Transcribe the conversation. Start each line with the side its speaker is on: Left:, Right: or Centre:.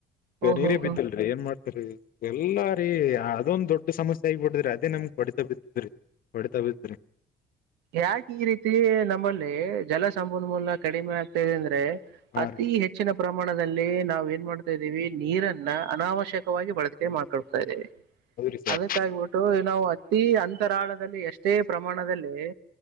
Left: ಬೇ
Right: ಹೋ
Left: ನೀರಿ
Right: ಹೋ ಹೋ
Left: ಬಿದ್ದಲ್ರಿ ಏನ್ ಮಾಡ್ತರಿ ಎಲ್ಲಾರಿ ಅದೊಂದ್ ದೊಡ್ ಸಮಸ್ಯೆ ಆಗ್ಬಿಡದ್ರಿ ಅದೇ ನಮ್ ಹೊಡಿತಾ ಬಿದ್ದಿದ್ರಿ ಕೊಡಿತಾ ಬಿದ್ರಿ
Right: ಯಾಕೆ ಈ ರೀತಿ ನಮ್ಮಲ್ಲಿ ಜಲ ಸಂಪನ್ಮೂಲ ಕಡಿಮೆ ಆಗ್ತದೆ ಅಂದ್ರೆ
Left: ಹಾ
Right: ಅತಿ
Left: ರೀ
Right: ಹೆಚ್ಚಿನ ಪ್ರಮಾಣದಲ್ಲಿ ನಾವ್ ಏನ್ ಮಾಡ್ ದೀವಿ ನೀರನ್ನ ಅನಾವಶ್ಯಕವಾಗಿ ಬಳಕೆ ಮಾಡ್ಕೊಳ್ತಾ ಇದೀವಿ.
Left: ಹೌದ್ರಿ ಸರ್
Right: ಅದಕ್ಕಾಗಿಬಿಟ್ಟು ನಾವು ಅತಿ ಅಂತರಾಳದಲ್ಲಿ ಎಷ್ಟೇ ಪ್ರಮಾಣದಲ್ಲಿ